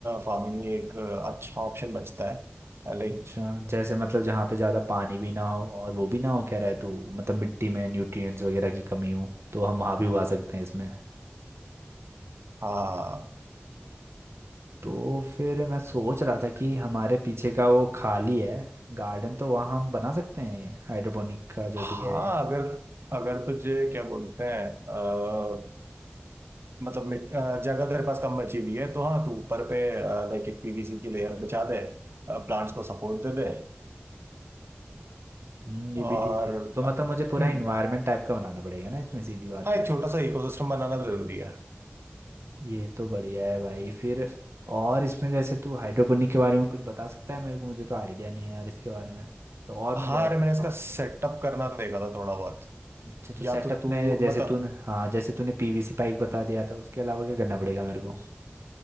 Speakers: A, on the right; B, on the right.
A: फार्मिंग ही एक आ, अच्छा ऑप्शन बचता है लाइक
B: अच्छा जैसे मतलब जहाँ पे ज़्यादा पानी भी ना हो और वो भी ना हो कह रहा है तू मतलब मिट्टी में न्यूट्रिएंट्स वगैरह की कमी हो तो हम वहाँ भी उगा सकते हैं इसमें
A: हाँ
B: तो फिर मैं सोच रहा था कि हमारे पीछे का वो खाली है गार्डन तो वहाँ हम बना सकते हैं हाइड्रोपोनिक का जो
A: हाँ
B: भी है
A: अगर अगर तुझे क्या बोलते हैं अ, मतलब मिट- अ, जगह तेरे पास कम बची हुई है तो हाँ तू ऊपर पे लाइक एक पीवीसी की लेयर बिछा दे प्लांट्स को सपोर्ट दे दे
B: हम्म ये
A: और
B: भी ठीक है तो मतलब मुझे पूरा
A: हम्म
B: इन्वायरमेंट टाइप का बनाना पड़ेगा ना इसमें सीधी बात
A: हाँ
B: है
A: एक छोटा सा इकोसिस्टम बनाना जरूरी है
B: ये तो बढ़िया है भाई फिर और इसमें जैसे तू हाइड्रोपोनिक के बारे में कुछ बता सकता है मेरे को मुझे तो आइडिया नहीं है यार इसके बारे में तो और
A: हाँ
B: मैं क्या कर
A: अरे
B: सकता
A: मैंने इसका
B: हूँ
A: सेटअप करना देखा था थोड़ा बहुत
B: अच्छा तो
A: या
B: सेटअप
A: तो तू
B: में जैसे
A: मतलब
B: तूने हाँ जैसे तूने पीवीसी पाइप बता दिया था उसके अलावा क्या करना पड़ेगा मेरे को